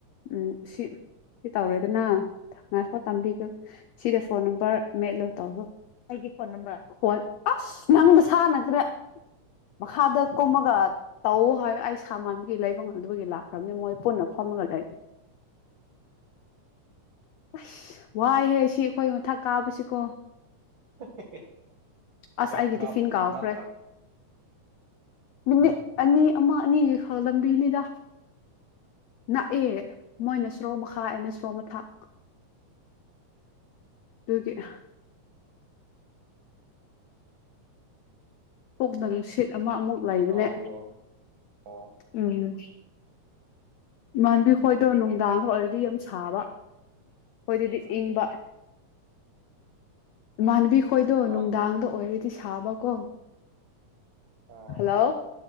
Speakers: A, on the left (about 85°); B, on the right (about 80°).
A: ꯎ ꯁꯤ ꯁꯤ ꯇꯧꯔꯦꯗꯅ ꯊ ꯉꯥꯏꯈꯣ ꯇꯕꯤꯒꯦ ꯁꯤꯗ ꯐꯣꯟ ꯅꯝꯕꯔ ꯃꯦꯠꯂꯣ ꯇꯧꯔꯣ ꯑꯩꯒꯤ ꯐꯣꯟ ꯅꯝꯕꯔ <unintelligible> ꯑꯁ ꯅꯪꯗ ꯁꯥꯟꯅꯈ꯭ꯔꯦ ꯃꯈꯥꯗ ꯀꯣꯝꯃꯒ ꯇꯧꯎ ꯍꯥꯏ ꯑꯩ ꯁ ꯃꯥꯟꯕꯒꯤ ꯂꯩꯕ ꯉꯝꯗꯕꯒꯤ ꯂꯥꯛꯈ꯭ꯔꯕꯅꯤ ꯃꯣꯏ ꯄꯨꯟꯅ ꯐꯝꯃꯒ ꯂꯩ ꯑꯁ ꯋꯥꯏ ꯍꯦ ꯁꯤ ꯑꯩꯈꯣꯏ ꯃꯊꯛ ꯀꯥꯕꯁꯤꯀꯣ
B: <unintelligible>
A: ꯑꯁ
B: ꯌꯥꯝ
A: ꯑꯩꯒꯤ
B: ꯂꯞ
A: ꯇꯤꯐꯤꯟ ꯀꯥꯎꯈ꯭ꯔꯦ
B: ꯃꯊꯛ
A: ꯃꯤꯅꯤꯠ ꯑꯅꯤ ꯑꯃ ꯑꯅꯤꯒ ꯈꯪꯂꯝꯕꯤꯅꯤꯗ ꯅꯛꯑꯦ ꯃꯣꯏꯅ ꯁꯣꯔꯣꯛ ꯃꯈꯥ ꯑꯩꯅ ꯁꯣꯔꯣꯛ ꯃꯊꯛ ꯗꯨꯒꯤ ꯑꯥ ꯄꯨꯛꯅ ꯅꯨꯡꯁꯤꯠ ꯑꯃ ꯑꯃꯨꯛ ꯂꯩꯕꯅꯦ
B: ꯇꯥꯕ꯭ꯔꯣ ꯑꯣ
A: ꯎꯝ ꯏꯃꯥꯟꯕꯤ ꯈꯣꯏꯗꯣ ꯅꯨꯡꯗꯥꯡꯒ ꯑꯣꯏꯔꯗꯤ ꯌꯥꯝ ꯁꯥꯕ ꯈꯣꯏꯗꯗꯤ ꯏꯪꯕ ꯏꯃꯥꯟꯕꯤ ꯑꯩꯈꯣꯏꯗꯣ
B: ꯄꯨꯛ ꯇꯥꯗ꯭ꯔꯦ
A: ꯅꯨꯡꯗꯥꯡꯗ
B: ꯑꯃꯨꯛ
A: ꯑꯣꯏꯔꯗꯤ ꯁꯥꯕꯀꯣ
B: ꯑꯣ
A: ꯍꯜꯂꯣ